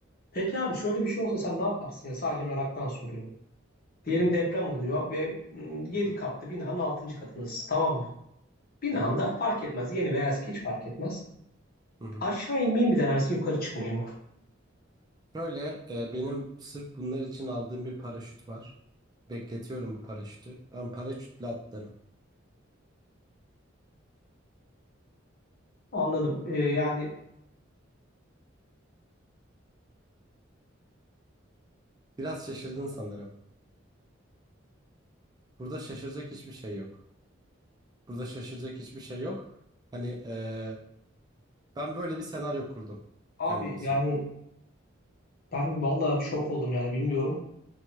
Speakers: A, on the left; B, on the right.
A: Peki abi şöyle bir şey olsa sen ne yaparsın ya? Sadece meraktan soruyorum. Diyelim
B: Hı hı,
A: deprem oluyor ve yedi
B: hı hı,
A: katlı binanın altıncı katındasın tamam mı? Binanda
B: hı hı,
A: fark etmez. Yeni veya eski hiç fark etmez.
B: hı hı.
A: Aşağı inmeyi mi denersin yukarı çıkmayı mı?
B: Şöyle e, benim sırf bunlar için aldığım bir paraşüt var. Bekletiyorum bu paraşütü. Ben paraşütle atlarım.
A: Anladım. Ee, yani
B: Biraz şaşırdın sanırım. Burada şaşıracak hiçbir şey yok. Burada şaşıracak hiçbir şey yok. Hani e, ben böyle bir senaryo kurdum
A: Abi
B: kendim için.
A: yani ben valla şok oldum yani bilmiyorum